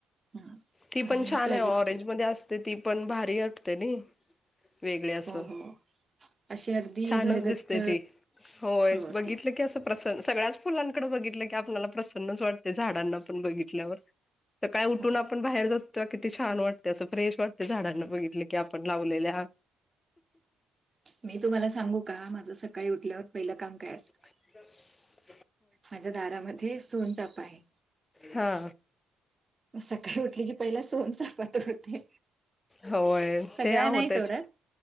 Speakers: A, on the right; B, on the left.
A: ह
B: ती
A: आणि
B: पण छान
A: प्राजक्त
B: आहे ऑरेंज म अस. तर ती पण भारी वाटते ना वेगळे असं.
A: हो हो अशी अगदी
B: छानच
A: भरगच्च
B: दिसते ती होय
A: हो
B: बघितलं
A: ती
B: की अस. प्रसन् सगळ्याच फुलांकडे बघितलं की आपल्याला प्रसन्नच वाटते झाडांना आपण बघितल्यावर. सकाळी उठून
A: हो
B: आपण बाहेर जाउ. किती छान वाटते असं फ्रेश वाटते झाडांना बघितले की आपण लावलेल्या.
A: मी तुम्हाला सांगू का माझं सकाळी उठल्यावर पहिलं काम काय असत.
B: हम्म
A: माझ्या दारामध्ये सोनचापा आहे.
B: हा
A: मग सकाळी उठली की पहिला सोनचाफा. ते..
B: होय
A: सगळ
B: ते होतच
A: नाही थोडं